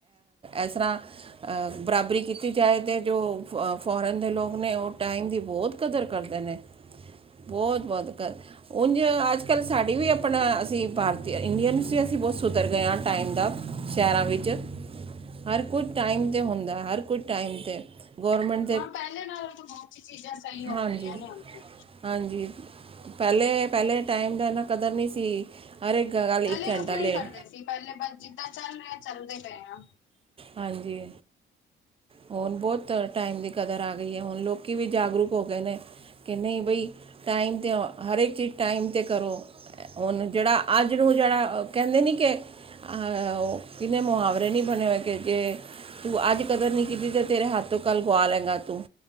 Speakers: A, on the right; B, on the left.
A: ਇਸ ਤਰ੍ਹਾਂ ਅ, ਬਰਾਬਰੀ ਕੀਤੀ ਜਾਏ, ਤੇ ਜੋ ਫ-ਫੋਰਨ ਦੇ ਲੋਕ ਨੇ ਉਹ ਟਾਈਮ ਦੀ ਬਹੁਤ ਕਦਰ ਨੇ, ਬਹੁਤ ਵੱਧ ਕਰ ਉਂਝ ਅੱਜ-ਕੱਲ੍ਹ ਸਾਡੀ ਵੀ ਆਪਣਾ ਅਸੀਂ ਭਾਰਤੀ ਇੰਡੀਅਨ ਵੀ ਅਸੀਂ ਬਹੁਤ ਸੁਧਰ ਗਿਆ। ਟਾਈਮ ਦਾ ਸ਼ਹਿਰਾਂ ਵਿੱਚ ਹਰ ਕੁਝ ਟਾਈਮ ਤੇ ਹੁੰਦਾ, ਹਰ ਕੁਝ ਟਾਈਮ ਤੇ ਗੌਰਮੈਂਟ
B: ਹਾਂ ਪਹਿਲੇ ਨਾਲ ਹੁਣ ਬਹੁਤ ਸੀ ਚੀਜ਼ਾਂ ਸਹੀ ਹੋ
A: ਹਾਂਜੀ
B: ਗਈਆਂ ਨੇ ਹੁਣ ਤੇ
A: ਹਾਂਜੀ ਪਹਿਲੇ-ਪਹਿਲੇ ਟਾਈਮ ਦਾ ਇਨਾ ਕਦਰ ਨਈ ਸੀ। ਹਰ ਇੱਕ ਗਾੜੀ
B: ਪਹਿਲੇ
A: ਇੱਕ ਘੰਟਾ
B: ਲੋਕੀ ਨਹੀਂ
A: ਲੇਟ
B: ਕਰਦੇ ਸੀ ਪਹਿਲੇ ਬਸ ਜਿੱਦਾਂ ਚੱਲ ਰਿਹੇ, ਚੱਲਦੇ ਪਏ ਆ।
A: ਹਾਂਜੀ। ਹੁਣ ਬਹੁਤ ਟਾਈਮ ਦੀ ਕਦਰ ਆ ਗਈ ਐ। ਹੁਣ ਲੋਕੀ ਵੀ ਜਾਗਰੂਕ ਹੋ ਗਏ ਨੇ ਕਿ ਨਈ ਬਈ ਟਾਈਮ 'ਤੇ ਹਰ ਇੱਕ ਚੀਜ਼ ਟਾਈਮ 'ਤੇ ਕਰੋ। ਹੁਣ ਜਿਹੜਾ ਅੱਜ ਨੂੰ ਜਿਹੜਾ ਕਹਿੰਦੇ ਨੀ ਕੇ ਆਹ ਕਿੰਨੇ ਮੁਹਾਵਰੇ ਨੀ ਬਣੇ ਹੋਏ ਕਿ, ਤੂੰ ਅੱਜ ਕਦਰ ਨੀ ਤੇ ਤੇਰੇ ਹੱਥੋਂ ਕੱਲ ਗੁਆ ਲੈਂਗਾ ਤੂੰ,